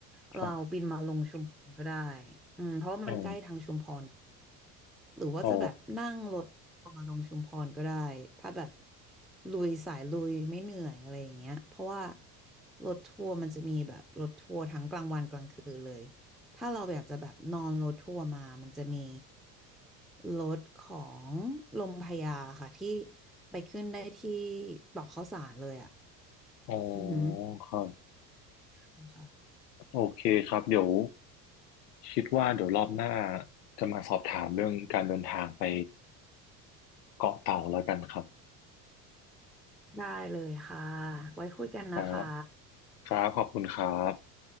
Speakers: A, in the centre; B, on the left.
A: เราบินมาลงชุมพรก็ได้
B: ครับ
A: อืมเพราะว่ามันใกล้ทางชุมพร
B: อ๋อ
A: หรือว่าจะแบบนั่งรถ
B: อ๋อ
A: มาลงชุมพรก็ได้ถ้าแบบลุยสายลุยไม่เหนื่อยอะไรอย่างเงี้ยเพราะว่ารถทัวร์มันจะมีแบบรถทัวร์ทั้งกลางวันกลางคืนเลย ถ้าเราอยากจะแบบนอนรถทัวร์มา มันจะมีรถของลมพระยาค่ะที่ไปขึ้นได้ที่ตอกข้าวสารเลยอ่ะ
B: อ๋อ
A: อือหือ
B: ครับ
A: ใช่ค่ะ
B: โอเคครับเดี๋ยวคิดว่าเดี๋ยวรอบหน้าจะมาสอบถามเรื่องการเดินทางไปเกาะเต่าแล้วกันครับ
A: ได้เลยค่ะ ไว้คุยกันนะคะ
B: ครับครับขอบคุณครับ